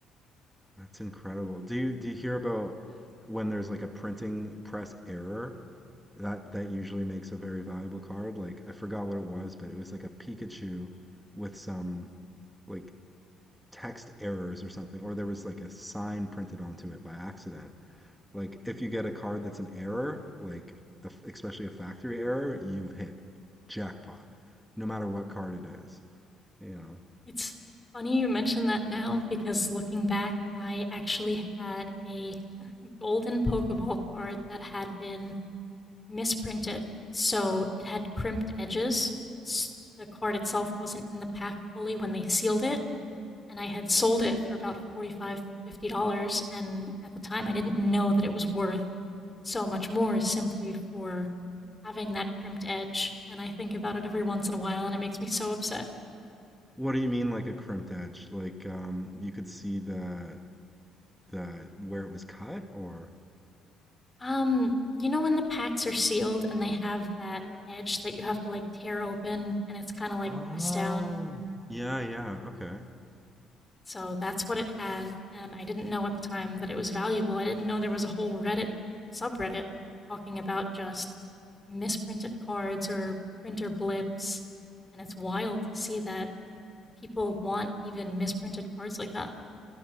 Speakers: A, in the centre; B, on the left.
A: That's incredible. Do you do you hear about when there's like a printing press error? That that usually makes a very valuable card. Like I forgot what it was, but it was like a Pikachu with some like text errors or something, or there was like a sign printed onto it by accident Like if you get a card that's an error, like especially a factory error, you've hit jackpot, no matter what card it is. You know.
B: It's funny you mention that now because looking back, I actually had a <laughs> golden Pokeball card that had been misprinted. So it had crimped edges. S- The card itself wasn't in the pack fully when they sealed it, and I had sold it for about 45 dollars, fifty dollars, and at the time I didn't know that it was worth so much more simply for having that crimped edge. And I think about it every once in a while, and it makes me so upset.
A: What do you mean like a crimped edge? Like um, you could see the the where it was cut or
B: Um, you know when the packs are sealed and they have that edge that you have to like tear open, and it's kind of like
A: Oh,
B: pressed down.
A: yeah, yeah, okay.
B: So that's what it had, and I didn't know at the time that it was valuable. I didn't know there was a whole Reddit subreddit talking about just misprinted cards or printer blips. And it's wild to see that people want even misprinted cards like that.